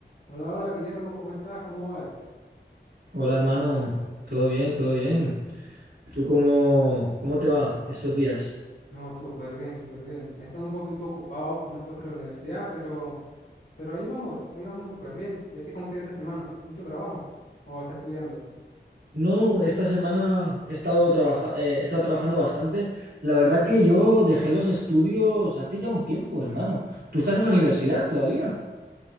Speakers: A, on the left; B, on the right.
A: Hola, hola Guillermo, ¿cómo estás? ¿Cómo vas?
B: Hola hermano, todo bien, todo bien. ¿Tú cómo, cómo te va estos días?
A: No, súper bien, súper bien. He estado un poquito ocupado por unas cosas de la universidad, pero, pero ahí vamos, ahí vamos súper bien. ¿Y a ti cómo te ha ido esta semana? ¿Mucho trabajo? ¿O estás estudiando?
B: No, esta semana he estado trabaja- eh, he estado trabajando bastante. La verdad que yo dejé los estudios hace ya un tiempo, hermano. ¿Tú estás en la universidad todavía?